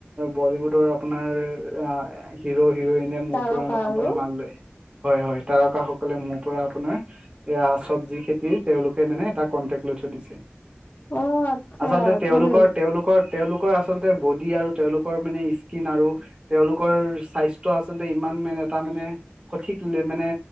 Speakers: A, on the right (about 20°); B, on the left (about 45°).
A: বলিউডৰ আপোনাৰ হিৰ হিৰইনে। মোৰ
B: তাৰকা
A: পৰা
B: আৰু
A: আপোনাৰ মাল লয় হয় হয় তাৰকাসকলে মোৰ পৰা আপোনাৰ। এয়া চবজি খেতি তেওঁলোকে মানে এটা কণ্টেক্ট লৈ থৈ দিছে।
B: অ আচ্ছা
A: আচলতে তেওঁলোকৰ
B: ভালেই
A: তেওঁলোকৰ তেওঁলোকৰ আচলতে বডি আৰু তেওঁলোকৰ মানে স্কিন আৰু তেওঁলোক লোকৰ স্বাস্থ্য আচলতে ইমান মানে এটা মানে সঠিক উন্নয়ন মানে